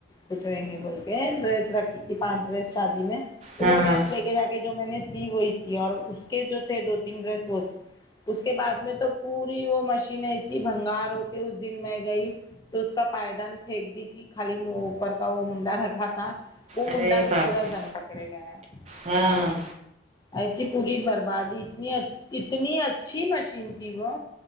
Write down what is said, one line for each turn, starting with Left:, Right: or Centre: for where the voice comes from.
Left: کچھ ہوئیں گے بول کے ڈریس رکھی تھی پانچ ڈریس شادی میں تو
Right: ہاں
Left: وہ ڈریس لے کے جا کے جو میں نے سی وہی سیے اور اس کے جو تھے دو تین ڈریس وہ سی اس کے بعد میں تو پوری وہ مشین ایسی بھنگار ہو کے اس دن میں گئی تو اس کا پائیدان پھینک دی تھی خالی اوپر کا وہ منڈا رکھا تھا وہ
Right: ارے
Left: منڈا بھی
Right: باپ
Left: پورا
Right: رے
Left: زنگ پکڑے گیا ہے
Right: ہاں
Left: ایسی پوری بربادی اتنی اتنی اچھی مشین تھی وہ